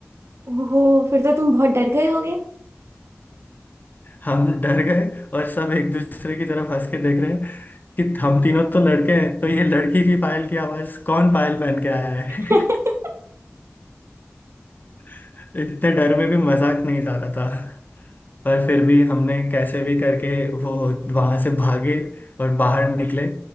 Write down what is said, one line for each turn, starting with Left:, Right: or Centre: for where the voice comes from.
Right: ओहो फिर तो तुम बहुत डर गए होगे
Left: हम डर गए और सब एक दूसरे की तरफ हंस के देख रहे हैं कि हम तीनों तो लड़के हैं तो ये लड़की की पायल की आवाज कौन पायल पहन के आया है
Right: <laughs>
Left: <laughs> इतने डर में भी मजाक नहीं जा रहा था पर फिर भी हमने कैसे भी करके वो वहां से भागे और बाहर निकले